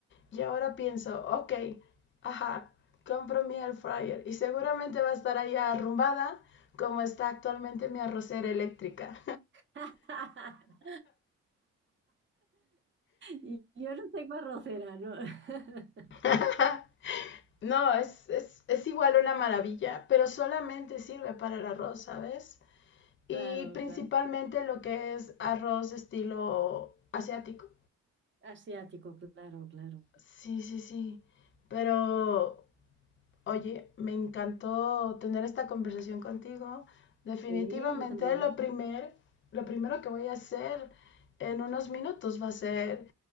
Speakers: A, on the left; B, on the right.
A: Y ahora pienso, ok, ajá, compro mi air fryer y seguramente va a estar allá arrumbada como está actualmente mi arrocera eléctrica.
B: <laughs> Y Yo no tengo arrocera, ¿no? <laughs>
A: <laughs> no, es, es, es igual una maravilla, pero solamente sirve para el arroz, ¿sabes? Y
B: Claro,
A: principalmente
B: claro.
A: lo que es arroz estilo asiático.
B: Asiático, claro, claro.
A: Sí, sí, sí, pero Oye, me encantó tener esta conversación contigo. Definitivamente
B: Sí, yo también.
A: lo primer, lo primero que voy a hacer en unos minutos va a ser